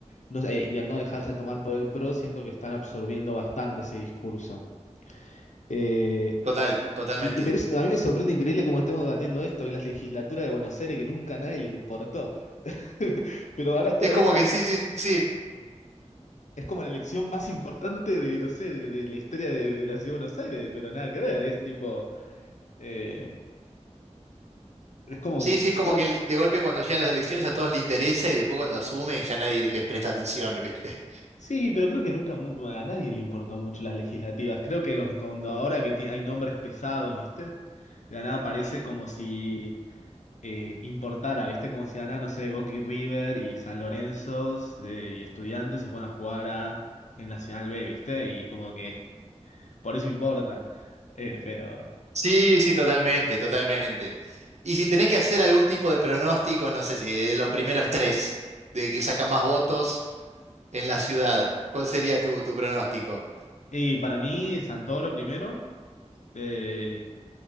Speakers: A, on the left; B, on the right.
A: no sé, y al no dejarse tomar por el PRO, siento que están absorbiendo bastante ese discurso. Eh,
B: Total,
A: y,
B: totalmente.
A: y- y- pero es- a mí me sorprende increíble cómo estemos debatiendo esto, que la legislatura de Buenos Aires, que nunca a nadie le importó. <laughs> Pero ahora, to-
B: Es
A: ahora
B: como
A: es la...
B: que sí, sí, sí.
A: sí, Es como la elección más importante de, no sé, de, de la historia de, de la ciudad de Buenos Aires, pero nada que ver, es tipo, eh, es como,
B: Sí,
A: yo
B: sí, es como
A: creo,
B: que de golpe cuando llegan las elecciones a todos les interesa y después cuando asumen ya nadie les presta atención, ¿viste?
A: sí, pero creo que nunca mu- a nadie le importó mucho las legislativas. Creo que los, cuando ahora que ti- hay nombres pesados, ¿viste? De la nada parece como si eh, importara, ¿viste? Como si de la nada, no sé, Boca y River y San Lorenzo eh, y Estudiantes se fueran a jugar a, en Nacional B, ¿viste? Y como que por eso importa, Eh, pero...
B: Sí, sí, totalmente, totalmente. Y si tenés que hacer algún tipo de pronóstico, no sé si de los primeros tres, de que sacan más votos en la ciudad, ¿cuál sería tu, tu pronóstico?
A: Y para mí, Santoro primero. eh,